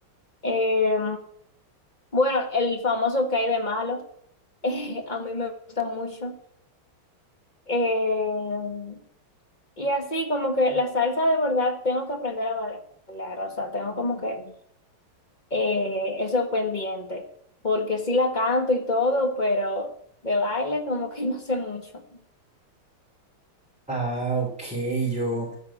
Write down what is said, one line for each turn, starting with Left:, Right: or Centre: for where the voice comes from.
Left: Eh, bueno, el famoso que hay de malo. <laughs> a mí me gusta mucho. Eh, y así como que la salsa de verdad tengo que aprender a bailar, o sea, tengo como que eh, eso pendiente, porque sí la canto y todo, pero de baile como que <laughs> no sé mucho.
Centre: Ah, ok, yo,